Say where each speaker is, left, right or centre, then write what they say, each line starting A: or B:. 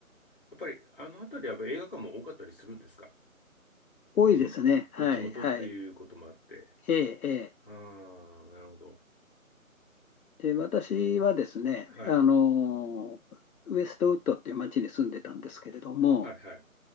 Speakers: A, on the left; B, on the left.
A: やっぱり、あの辺りはやっぱ映画館も多かったりするんですか
B: 多いですね。
A: 地、
B: はい、
A: 地元っていうこともあって。
B: はい。ええ、ええ。
A: ああ、なるほど。
B: で、私はですね、
A: はい。
B: あの、ウェストウッドっていう町に住んでたんですけれども、
A: はい、はい。